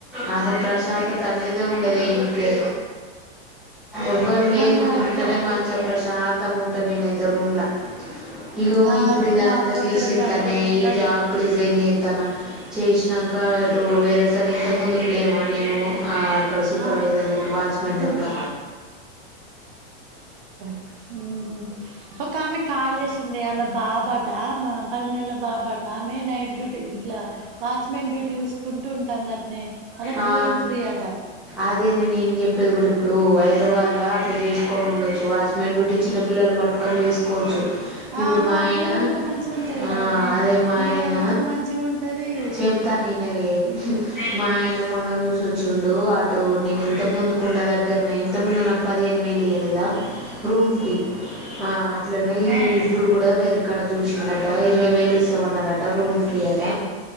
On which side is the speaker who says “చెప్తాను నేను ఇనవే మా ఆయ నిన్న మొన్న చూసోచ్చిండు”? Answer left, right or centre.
Centre